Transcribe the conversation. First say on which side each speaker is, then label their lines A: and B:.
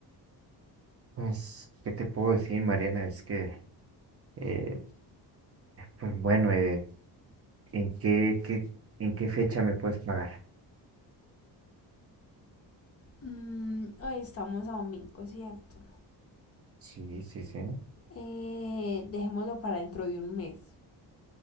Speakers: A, on the right; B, on the left.
A: pues, qué te puedo decir, Mariana? Es que, eh, pues bueno, eh, ¿en qué, qué, en qué fecha me puedes pagar?
B: Mm, hoy estamos a domingo, ¿cierto?
A: Sí, sí, sí.
B: Eh, dejémoslo para dentro de un mes.